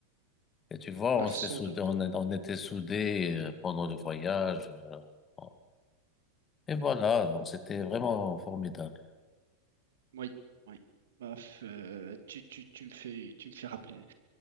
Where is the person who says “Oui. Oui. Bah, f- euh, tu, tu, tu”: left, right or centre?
Right